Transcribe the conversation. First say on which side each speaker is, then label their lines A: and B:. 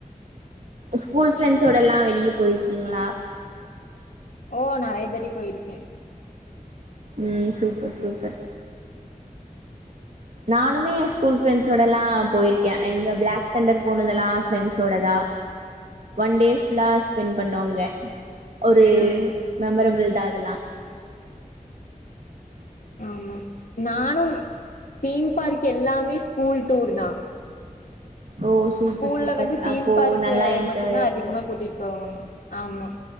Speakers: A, on the right; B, on the left.
A: ஸ்கூல் ஃப்ரெண்ட்ஸோடலா வெளிய போயிருக்கீங்களா
B: ஓ நெறைய தட்டி போயிருக்கே
A: ம் சூப்பர் சூப்பர் நானுமே ஸ்கூல் ஃப்ரெண்ட்ஸோடலா போயிருக்கே இங்க பிளாக்தெண்டர் போனதெலா ஃப்ரெண்ட்ஸ் ஓட தா ஒன் டே ஃபுல்லா ஸ்பெண்ட் பண்ணோ அங்க ஒரு
B: ம்
A: மெமரபுள் <unintelligible> அதெல்லா
B: ஆமா நானு தீம் பார்க் எல்லாமே ஸ்கூல் டூரு தா
A: ஓ சூப்பர்
B: ஸ்கூல்ல
A: சூப்பர்
B: வந்து தீம்
A: அப்போ
B: பார்க்கு
A: நல்லா என்ஜாயா
B: மட்டு்தா
A: இருக்கு
B: அதிகமா கூட்டிட்டு போவாங்க ஆமா